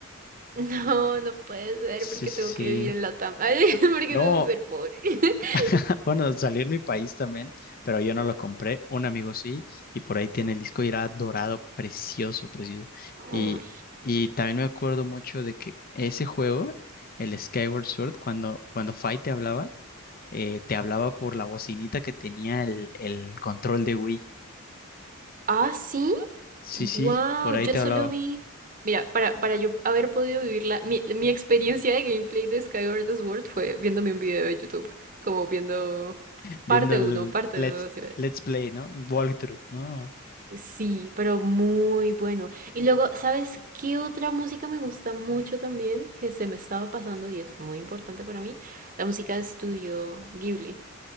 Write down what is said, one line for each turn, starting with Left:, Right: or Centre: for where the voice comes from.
Right: <laughs> No, no puede ser
Left: Sí,
Right: porque
Left: sí, sí.
Right: tengo que vivir en Latam. <laughs> Ay, porque
Left: No,
Right: tengo que ser pobre. <laughs>
Left: <laughs> bueno, salió en mi país también, pero yo no lo compré, un amigo sí, y por ahí tiene el disco y era dorado, precioso, precioso.
Right: Ay.
Left: Y, y también me acuerdo mucho de que ese juego, el Skyward Sword, cuando, cuando Fight te hablaba, eh, te hablaba por la bocinita que tenía el, el control de Wii.
Right: Ah, sí.
Left: Sí,
Right: Wow,
Left: sí, por
Right: yo
Left: ahí te
Right: solo
Left: hablaba.
Right: vi. Mira, para, para yo haber podido vivirla, mi, mi experiencia de gameplay de Skyward Sword fue viéndome un video de YouTube, como viendo
Left: Viendo
Right: parte
Left: el
Right: uno, parte
Left: Let's,
Right: 2.
Left: Let's Play, ¿no? Walkthrough, ¿no?
Right: Sí, pero muy bueno. Y luego, ¿sabes qué otra música me gusta mucho también? Que se me estaba pasando y es muy importante para mí. La música de estudio Ghibli.